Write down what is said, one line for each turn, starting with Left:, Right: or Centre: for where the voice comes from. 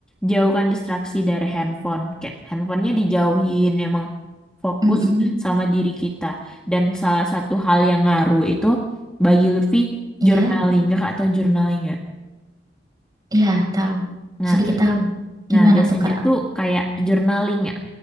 Centre: jauhkan distraksi dari handphone. Kayak handphonenya dijauhin, emang fokus
Right: mm
Centre: sama diri kita. Dan salah satu hal yang ngaruh itu bagi Lutfi
Right: Iya.
Centre: journaling, kakak atau journaling
Right: Iya, tahu.
Centre: nggak?
Right: Sedikit tahu. Gimana
Centre: Nah, biasanya
Right: tuh, Kak?
Centre: tuh kayak journaling ya.